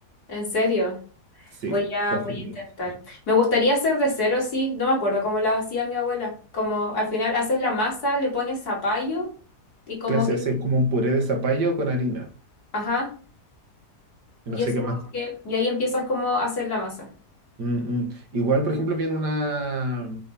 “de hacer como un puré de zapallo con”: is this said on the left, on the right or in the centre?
Right